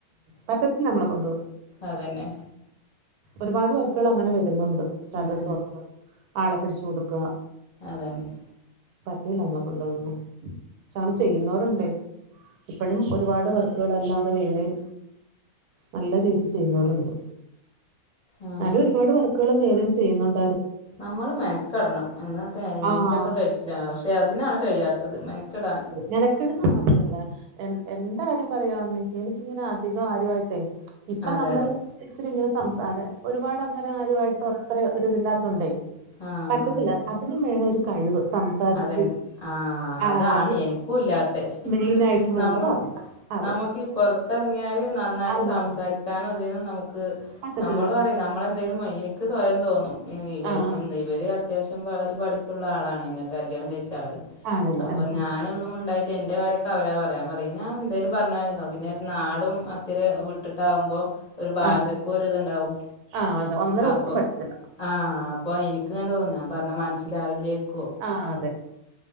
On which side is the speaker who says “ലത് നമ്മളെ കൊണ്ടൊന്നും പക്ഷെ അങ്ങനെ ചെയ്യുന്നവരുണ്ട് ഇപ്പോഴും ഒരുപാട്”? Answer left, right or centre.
Right